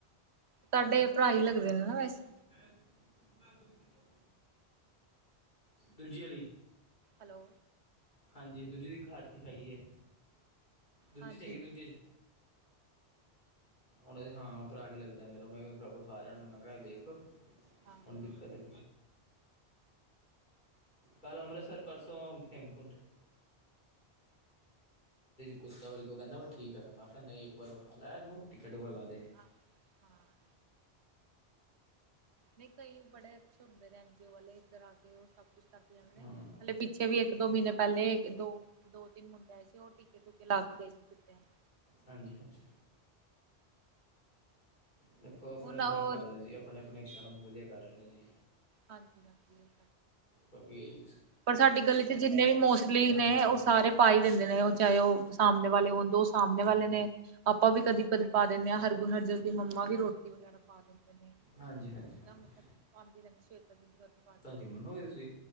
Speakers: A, on the right; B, on the left.
A: ਤੁਹਾਡੇ ਭਰਾ ਹੀ ਲੱਗਦੇ ਨੇ ਨਾ ਵੈਸੇ,
B: ਇਹ ਤੁਹਾਨੂੰ, ਮੈਂ ਦਿੱਕਤ ਦੱਸਦਾ ਦੂਜੀ ਵਾਲੀ
A: ਹੈਲੋ
B: ਹਾਂਜੀ ਦੂਜੇ ਦੇ ਇੱਕ ਹੱਥ ਚ ਹੈਗੀ ਹ, ਦੂਜੇ
A: ਹਾਂਜੀ
B: ਚ ਹੈਗੀ ਦੂਜੇ ਚ ਉਹਨਾਂ ਦੇ ਉਹ ਹਾਂ ਭਰਾ ਹੀ ਲੱਗਦਾ ਮੇਰਾ, ਮੈਂ ਵਿਖਾ ਰਿਹਾ ਮੈਂ ਕਿਹਾ ਏ ਵੇਖ ਉਹ
A: ਹਾਂ
B: ਦਿਕਤ
A: ਹਾਂ
B: ਹੈ ਕੱਲ੍ਹ ਅਮ੍ਰਿਤਸਰ, ਪਰਸੋਂ
A: ਠੀਕ
B: ਹੇਮਕੁੰਟ ਕੁੱਤਾ ਵ ਉਹ ਕਹਿੰਦਾ ਵਾ ਠੀਕ ਹੈ ਮੈਂ ਕਿਹਾ, ਨਹੀਂ ਇੱਕ ਵਾਰ ਵਿਖਾ ਲੈ ਕਟੂ ਵਾਲਾ ਲਾ ਦੇ
A: ਹਾਂ ਹਾਂ ਨਹੀਂ ਕਈ ਬੜੇ ਅੱਛੇ ਹੁੰਦੇ ਨੇ ਐਨ ਜੀ ਓ ਵਾਲੇ, ਇੱਧਰ ਆ ਕੇ ਉਹ ਸਭ ਕੁੱਛ ਕਰਕੇ ਜਾਂ
B: ਹਾਂ
A: ਪਿੱਛੇ ਵੀ ਇੱਕ ਦੋ ਮਹੀਨੇ ਪਹਿਲੇ ਦੋ ਦੋ ਤਿੰਨ ਮੁੰਡੇ ਆਏ ਸੀ, ਉਹ ਟੀਕੇ ਟੁਕੇ ਲਾ ਕੇ ਗਏ ਸੀ ਕੁੱਤਿਆਂ ਨੂੰ
B: ਹਾਂਜੀ ਹਾਂਜੀ ਦੇਖੋ ਆਪਣੇ
A: ਹੁਣ
B: ਆਪਣੇ
A: ਉਹ
B: ਕਰਮ ਰਹੇ ਜੀ, ਆਪਣੇ ਆਪਣੇ ਕਰਮ ਵਧੀਆ ਕਰ ਰਹੇ ਨੇ ਜੀ
A: ਹਾਂਜੀ ਹਾਂਜੀ ਇਹ
B: ਬਾਕੀ
A: ਪਰ ਸਾਡੀ ਗਲੀ ਚ ਜਿੰਨੇ ਵੀ ਮੋਸਟਲੀ ਨੇ
B: ਜਾਣੀਆਂ
A: ਉਹ
B: ਜੀ
A: ਸਾਰੇ, ਪਾਾਈ ਦਿੰਦੇ ਨੇ, ਉਹ ਚਾਹੇ ਉਹ ਸਾਹਮਣੇ ਵਾਲੇ ਹੋਣ ਦ ਉਹ ਸਾਹਮਣੇ ਵਾਲੇ ਨੇ ਆਪਾਂ ਵੀ ਕਦੀ ਪ ਪਾ ਦਿੰਦੇ ਹਾਂ, ਹਰਗੁਨ, ਹਰਜਸ ਦੀ ਮੰਮਾ ਵੀ ਰੋਟੀ ਵਗੈ ਪਾ ਦਿੰਦੇ ਨੇ,
B: ਹਾਂਜੀ ਹਾਂਜੀ
A: ਜਿਦਾਂ ਮਤਲਬ ਕਦੇ ਸ ਦੀ ਪਾ ਤੀ
B: ਜਿ ਮੰਨੋ ਹੋ ਗਏ ਸੀ